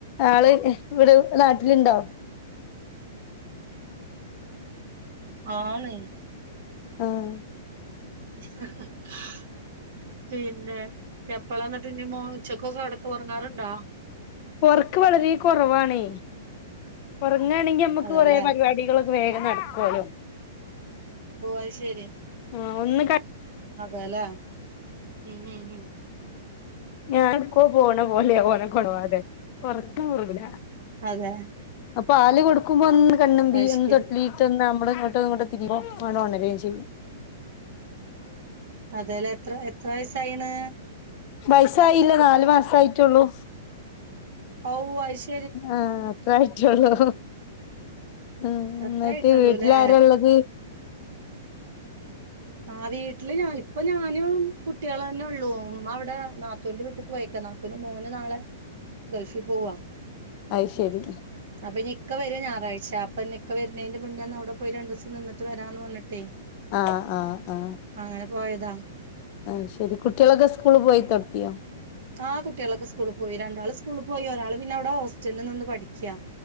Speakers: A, on the left (about 45°); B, on the right (about 60°).
A: ആള് ഇവിടെ നാട്ടിലുണ്ടാേ?
B: ആണ്
A: ആഹ
B: ഹ ഹ പിന്നെ എപ്പള ന്നിട്ട് ഇനി മോൻ ഉച്ചക്കൊക്കെ ഇടക്ക് ഉറങ്ങാറുണ്ടോ?
A: ഉറക്ക് വളരെ കുറവാണേ ഉറങ്ങാണെങ്കി നമ്മുക്ക്
B: അതെല്ലേ
A: കുറെ പരിപാടികളൊക്കെ വേഗം നടക്കുവാലോ
B: ഓ അത് ശരി
A: ആഹ് ഒന്ന് കെ
B: അതെല്ലേ ഉം ഉം ഉം
A: ഞാൻ ഇപ്പോ പോണ പോലെയാ ഓനെ കൊണവാതെ ഒറക്കം പോവുല
B: അതെ
A: പാല് കൊടുക്കുമ്പോ ഒന്ന് കണ്ണമ്പി
B: അത് ശരി
A: ഒന്ന് തൊട്ടിലി ത്തും നമ്മ അങ്ങോട്ട ഇങ്ങോട്ട് തിരിയുമ്പം ഓണ് ഒണരുകയും ചെയ്യും
B: അതേലേ എത്ര എത്ര വയസായിണ്
A: വൈസായില്ലാ നാല് മാസായിട്ടുള്ളൂ
B: ഓഹ് അശ്
A: ആഹ അത്രായിട്ടൊള്ളു ഉം എന്നിട്ട്
B: അത്രേ ആയിട്ടുള്ളൂല്ലേ
A: വീട്ടിലാരാള്ളത്
B: ആഹ് വീട്ടില് ഞാൻ ഇപ്പൊ ഞാനും കുട്ടികളന്നെ ഉള്ളൂ ഉമ്മ അവടെ നാ ത്തുന്റെ വീട്ടേക്ക് പോയേക്കാ നാത്തുന്റെ മോന് നാളെ ഗൾഫീ പോവുവ
A: അയ്ശെരി
B: അപ്പൊ ഇനി ഇക്ക വര ഞായറാഴ്ച അപ്പയിനി ഇക്ക വരണെന്ന് മുന്നേന്ന് അവടെ പോയി രണ്ടൂസം നിന്നട്ട് വരാന്ന് പറഞ്ഞിട്ടേ
A: ആഹ ആഹ ആഹ
B: അങ്ങനെ പോയതാ
A: ആഹ ശെരി കുട്ടിയോളൊക്കെ സ്കൂളി പോയി തൊടങ്ങിയോ?
B: ആഹ് കുട്ടിയോളൊക്കെ സ്കൂളി പോയി രണ്ടാള് സ്കൂളി പോയി ഒരാള് പിന്നവ്ടെ ഹോസ്റ്റലിൽ നിന്ന് പഠിക്കാ